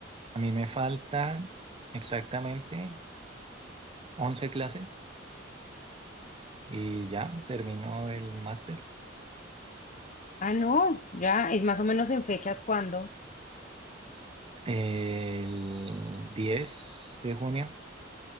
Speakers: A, on the right; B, on the left.
A: A mí me faltan exactamente 11 clases. y ya terminó el máster
B: Ah, no, ya es más o menos en fechas cuando.
A: el 10 de junio.